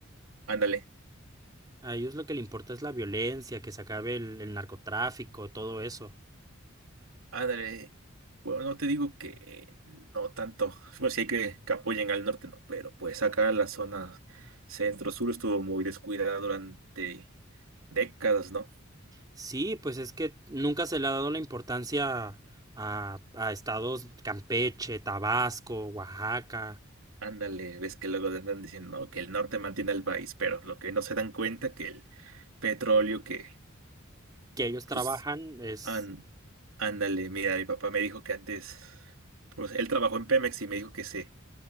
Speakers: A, on the right; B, on the right.
A: ándale,
B: A ellos lo que le importa es la violencia, que se acabe el, el narcotráfico, todo eso.
A: ándale. Bueno, no te digo que no tanto. pues sí hay que, que apoyen al norte, no, pero pues acá la zona centro-sur estuvo muy descuidada durante décadas, ¿no?
B: Sí, pues es que nunca se le ha dado la importancia a, a estados Campeche, Tabasco, Oaxaca,
A: Ándale, ves que luego andan diciendo, no, que el norte mantiene al país, pero lo que no se dan cuenta que el petróleo que
B: que ellos
A: pues
B: trabajan, es...
A: An- ándale, mira, mi papá me dijo que antes, pues él trabajó en Pemex y me dijo que se